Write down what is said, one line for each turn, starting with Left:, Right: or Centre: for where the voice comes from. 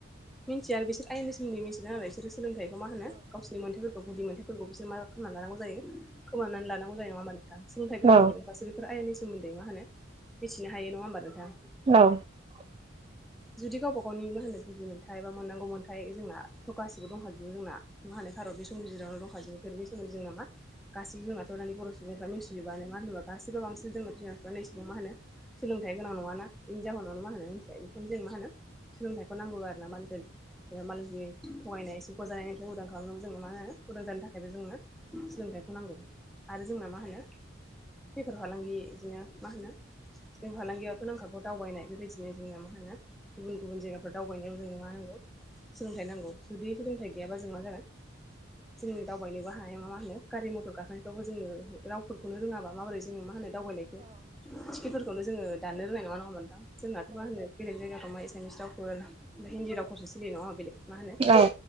Centre: मिनथिया आरो बिसोर आयेननि सोमोन्दै मिथियो नालाय बिसोरो। सोलोंथाइखौ मा होनो गावसिनि मोन्थाइ गुदि मोनथाइफोरखौ बिसोर मा खालामना लानांगौ जायो खोमानानै लानांगौ जायो नङा होमबा? नोंथां सोलोंथाइ गोनां
Right: औ
Centre: सुबुंफ्रासो बे आइनि सोमोन्दै मा होनो मिथिनो हायो नङा होमबा नोंथां?
Right: औ। <inaudible>
Centre: जुदि गावबा -गावनि मा होनो गुदि मोनथाय बा मोननांगौ मोनथाय, जोंना गासिबो दंखाजोबो जोंना मा होनो भारत बे संबिजितावनो दंखाजोबो बेफोर। बे सोमोनदै जोंना मा गासिबो जोंनाथ' दानि बर सुबुंफ्रा मिथिजोबानो मा होनोबा गासिबो बांसिन जोंना बिमा -बिफा इसेबां मा होनो सोलोंथाइ गोनां नङाना। जाहोनावनो मा होनो मिथिबाय बेखायनो जों मा होनो सोलोंथाइखौ नांगौ आरो ना मानसि <unintelligible> थगायनाय सिख'जानायनिफ्राय उदां खालामनोबो जोंना मा होनो उदां जानो थाखायबो जोंनो सोलोंथाइ खौ नांगौ आरो जोंना मा होनो बेफोर फालांगि बिदिनो मा होनो बेफार फालांगियावथ' नांखागौ दावबायनाय बेबायदिनो जोंनो मा होनो गुबुन गुबुन जायगाफोराव दावबायनायाव जोंनो मा होनो सोलोंथाइ नांगौ जुदि सोलोंथाइ गैयाबा जों मा जागोन जों दावबायनोबो हानाय नंङा नामा होनो गारि मटर गाखोनायफ्रावबो जोंङो रावफोरखौनो रोंङाबा माबोरै जोंङो मा होनो दावबायनायखो टिकेटफोरखौ जोंङो दाननो रोंनाय नङा होनबा नोंथां जोंनाथ' मा होनो बेलेग जायगायाव थांबा इंग्लिस रावफोर हिन्दी रावफोरसो सोलियो नंङा होनबा बेलेग मा होनो
Right: औ